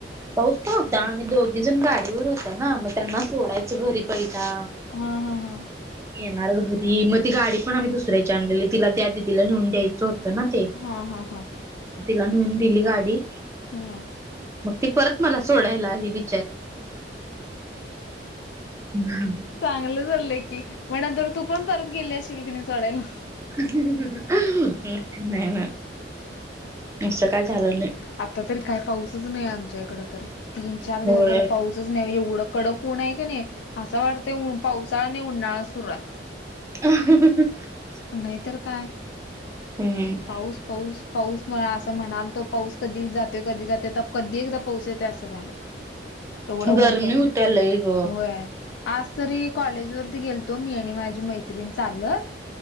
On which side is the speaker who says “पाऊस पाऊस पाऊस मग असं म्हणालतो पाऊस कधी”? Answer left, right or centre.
Left